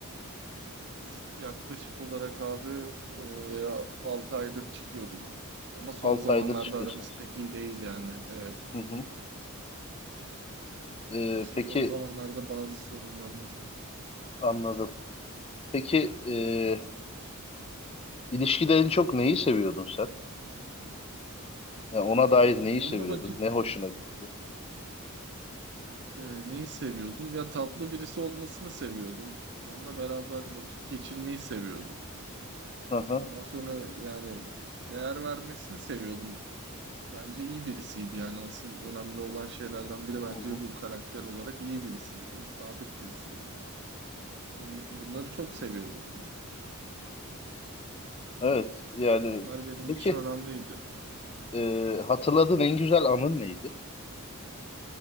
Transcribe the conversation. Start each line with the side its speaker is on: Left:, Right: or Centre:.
Right: biz yaklaşık olarak abi e, 6 aydır çıkıyorduk. Ama son
Left: 6
Right: zamanlarda
Left: aydır çıkıyorsunuz.
Right: aramız pek iyi değil yani. Evet.
Left: Hı hı. Ee,
Right: Ya İşte
Left: peki
Right: son zamanlarda bazı sorunlarımız. Hı
Left: anladım.
Right: hı.
Left: Peki e, ilişkide en çok neyi seviyordun sen? Yani ona dair
Right: Ya
Left: neyi
Right: onunla
Left: seviyordun?
Right: vakit
Left: Ne hoşuna gidiyordu?
Right: Ee, neyi seviyordum? Ya tatlı birisi olmasını seviyordum. Onunla beraber vakit geçirmeyi seviyordum.
Left: Hı hı.
Right: Ondan sonra yani değer vermesini seviyordum. Bence iyi birisiydi yani asıl önemli olan şeylerden biri bence
Left: Hı hı.
Right: bu karakter olarak iyi birisiydi. Sadık birisiydi. Bun- bunları çok seviyordum ben.
Left: Evet yani
Right: Onlar benim
Left: peki
Right: için önemliydi.
Left: e, hatırladığın en güzel anın neydi?